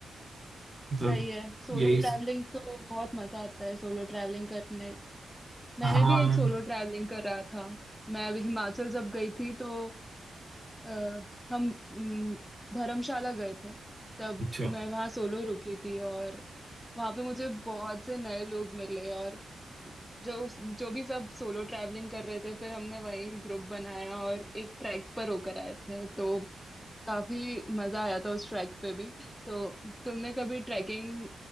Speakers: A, on the right (about 25°); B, in the centre.
A: तो
B: सही है सोलो
A: यही
B: ट्रैवलिंग
A: स-
B: तो बहुत मजा आता है सोलो ट्रैवलिंग करने मैंने
A: हाँ
B: भी एक सोलो ट्रैवलिंग करा था मैं अभी हिमाचल जब गई थी तो आ, हम हम्म, धर्मशाला गए थे तब
A: अच्छा
B: मैं वहाँ सोलो रुकी थी और वहाँ पे मुझे बहुत से नए लोग मिले और जो जो भी सब सोलो ट्रैवलिंग कर रहे थे फिर हमने वहीं ग्रुप बनाया और एक ट्रैक पर होकर आए थे तो काफी मजा आया था उस ट्रैक पे भी तो तुमने कभी ट्रैकिंग